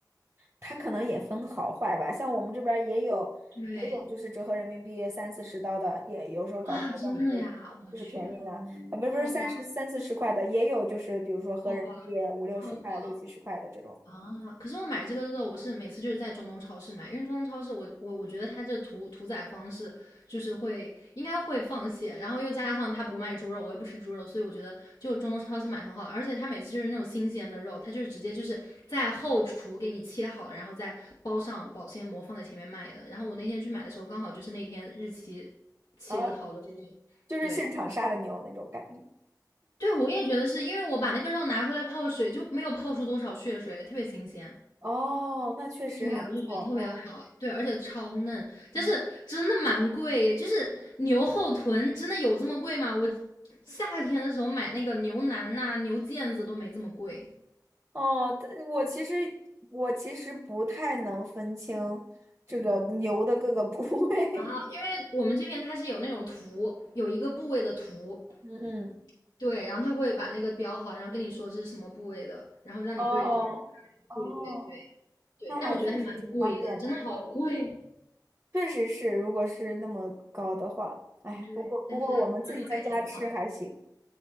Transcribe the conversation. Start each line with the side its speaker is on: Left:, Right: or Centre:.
Right: 它可能也分好坏吧，像我们这边儿也有，
Left: 对
Right: 也有就是折合人民币三四十刀的，也有时候搞活动就
Left: 啊，真的呀，我去，
Right: 就是便宜的，啊，不是不是三十三四十块的，
Left: 好吧，
Right: 也有就是比如说合人民币五六十块、
Left: 好吧，好吧，
Right: 六七十块的这种，
Left: 啊，可是我买这个肉，我是每次就是在中东超市买，因为中东超市我我我觉得它这屠屠宰方式就是会应该会放血，然后又加上它不卖猪肉，我又不吃猪肉，所以我觉得就中东超市买很好，而且它每次就是那种新鲜的肉，它就是直接就是在后厨给你切好，然后再包上保鲜膜放在前面卖的。然后我那天去买的时候，刚好就是那天日期切好的肉，
Right: 然后就是现场杀的牛那种感觉。
Left: 对对，我也觉得是因为我把那个肉拿回来泡水，就没有泡出多少血水，特别新鲜。
Right: 哦，那确实还不错，
Left: 对，我就觉得特别好，
Right: 嗯
Left: 对，而且超嫩，但是真的蛮贵，
Right: 嗯。
Left: 就是牛后臀真的有这么贵吗？我夏天的时候买那个牛腩呐、牛腱子都没这么贵
Right: 哦，但我其实我其实不太能分清这个牛的各个部位，
Left: 啊，因为我们这边它是有那种图，有一个部位的图，
Right: <laughs> 嗯嗯，
Left: 对，然后它会把那个标好，然后跟你说这是什么部位的，然后让你对症。
Right: <laughs> 哦哦。
Left: 对对对对，
Right: 那还确实挺方便的，
Left: 但我觉得还蛮贵的，真的好贵。
Right: 确实是，如果是那么高的话，哎，
Left: 对，
Right: 不过不过我们自己在家吃还行。
Left: 但是肉还挺好。